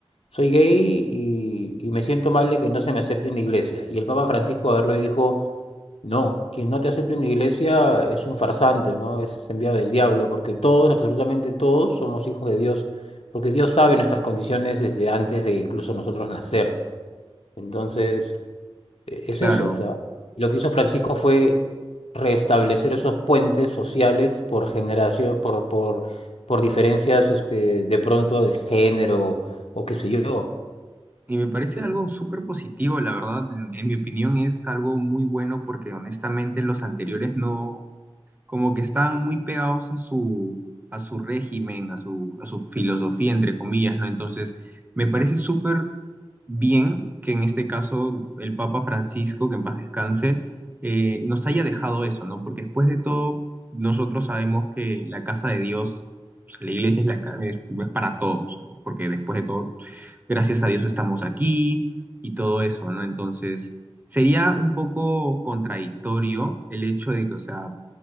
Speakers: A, on the left; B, on the right.
A: soy gay y, y me siento mal de que no se me acepte en la iglesia. Y el Papa Francisco agarró y dijo, No, quien no te acepte en la iglesia es un farsante, ¿no? Es, es enviado del diablo, porque todos, absolutamente todos, somos hijos de Dios, porque Dios sabe nuestras condiciones desde antes de incluso nosotros nacer. Entonces, e- es
B: claro.
A: eso, o sea, lo que hizo Francisco fue restablecer esos puentes sociales por generación, por, por, por diferencias, este, de pronto de género o qué sé yo.
B: Y me parece
A: Entonces,
B: algo súper positivo, la verdad. En, en mi opinión es algo muy bueno porque honestamente los anteriores no, como que estaban muy pegados a su, a su régimen, a su, a su filosofía, entre comillas, ¿no? Entonces, me parece súper bien que en este caso el Papa Francisco, que en paz descanse, eh, nos haya dejado eso, ¿no? Porque después de todo, nosotros sabemos que la casa de Dios, pues, la iglesia es, la, ca- es, es para todos, ¿no? Porque después de todo, gracias a Dios estamos aquí y todo eso, ¿no? Entonces, sería un poco contradictorio el hecho de que, o sea,